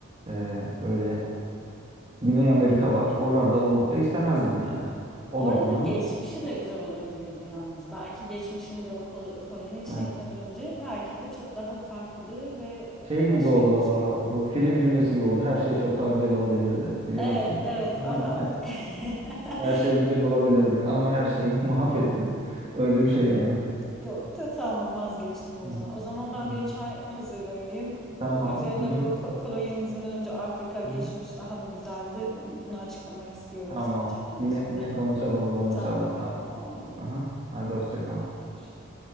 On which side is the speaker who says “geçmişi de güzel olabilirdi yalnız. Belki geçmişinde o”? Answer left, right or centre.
Centre